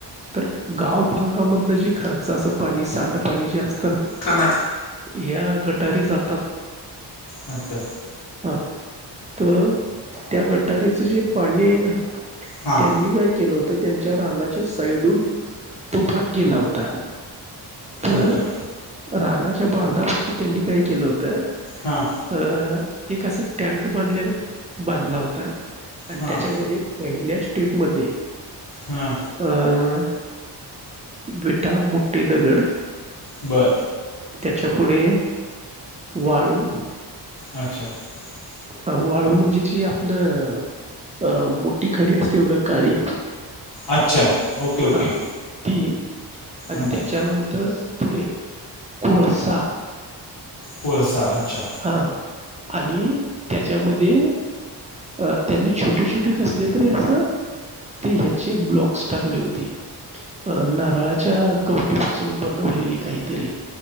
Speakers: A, on the right (about 20°); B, on the left (about 60°).
A: तर गाव भागामधलं जे खर्च असं पाणी सांडपाणी जे असत.
B: प ना.
A: ह्या गटारी जातात
B: अच्छा
A: हा तर त्या गटारीचं जे पाणी आहे ना.
B: हां
A: त्यांनी काय केलं होत. त्यांच्या रानाच्या साईडून तो भाग गेला होता. तर
B: अच्छा
A: रानाच्या बांधापाशी त्यांनी काय केलं होतं.
B: हां
A: हम एक असा टँक बांधल्या बांधला होता. आणि
B: हां
A: त्याच्यामध्ये पहिल्या. ट्रिपमध्येे.
B: हां
A: आ. विटा मोठे दगड.
B: बरं
A: त्याच्या पुढे वाळू
B: <inaudible>
A: ह वाळू म्हणजे जी आपलं अ मोठी खडी असते बघा काळी.
B: अच्छा ओके ओके
A: हा ती आणि
B: अच्छा
A: त्याच्यानंतर पुडेे कोळसा.
B: कोळसा अच्छा.
A: हा आणि त्याच्यामध्ये अ त्यांनी छोटे छोटे कसले तरी असं ते ह्याचे ब्लॉक्स टाकले होते अ नारळाच्या कवटी पाासून बनवलेली काहीतरी.